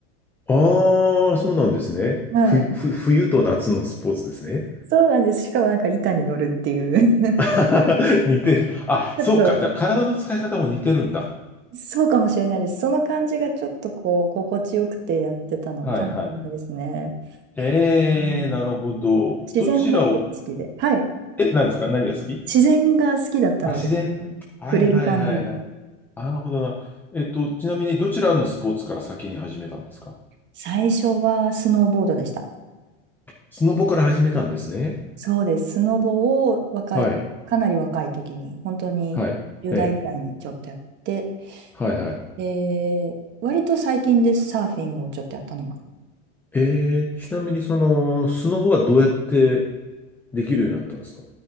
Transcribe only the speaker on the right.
はい。
そうなんです。しかもなんか板に乗るっていう
<laughs>
ちょっと、
そうかもしれないです。その感じがちょっとこう、心地よくてやってたのかもしれないですね。
うん、
自然も結構好きで。
はい。
自然が好きだったので、
触れる感じが。
最初はスノーボードでした。
そうです。スノボを若い、
かなり若い時に、本当に10代ぐらいにちょっとやって、
で、割と最近です、サーフィンをちょっとやったのは。